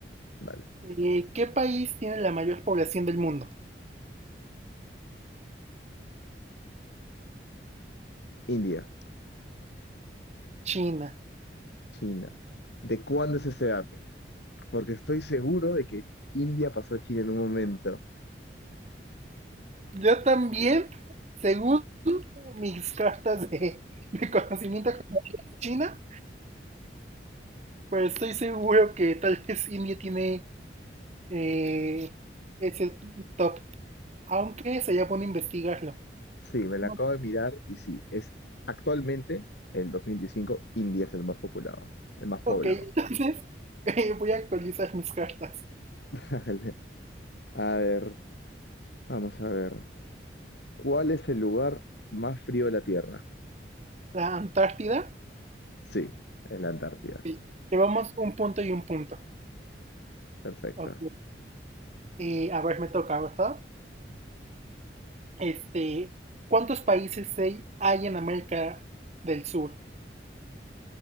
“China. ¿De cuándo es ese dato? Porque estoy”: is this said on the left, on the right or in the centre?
Left